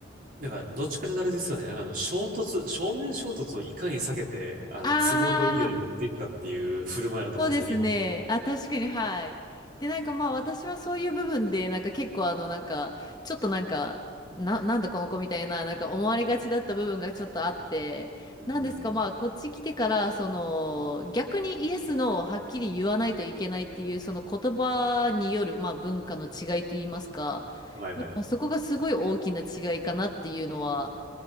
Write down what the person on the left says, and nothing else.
あ
そうですね。
あ、確かに、はい。で、なんかまあ私はそういう部分で、なんか結構あの、なんか、ちょっとなんか、な、なんだこの子みたいな、なんか思われがちだった部分がちょっとあって、
なんですかまあこっち来てから、その、逆にイエスのをはっきり言わないといけないっていう、その言葉による、まあ文化の違いといいますか、
やっぱそこがすごい大きな違いかなっていうのは